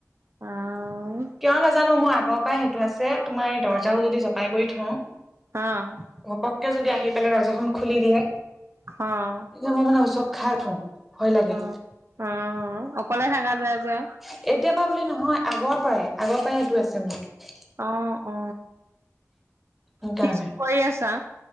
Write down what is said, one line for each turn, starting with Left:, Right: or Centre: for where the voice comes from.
Right: অ',
Centre: কিয় নাজানো মোৰ আগৰ পৰাই সেইটো আছে তোমাৰ এই দৰ্জাও যদি জপাই কৰি থওঁ
Right: অ
Centre: ঘপককে যদি আহি পেলাই দৰ্জাখনন খুলি দিয়ে
Right: অ',
Centre: এ মই মানে উচব খাই উ উঠো ভয় লাগে
Right: অ অ অকলে থাকা যায় যে
Centre: এতিয়াৰ পৰাা বুলি নহয় আগৰ পৰাই আগৰ পৰাই এইটো আছে মোৰ
Right: অ অ
Centre: সেইকাৰণে
Right: টিউচন কৰি আছা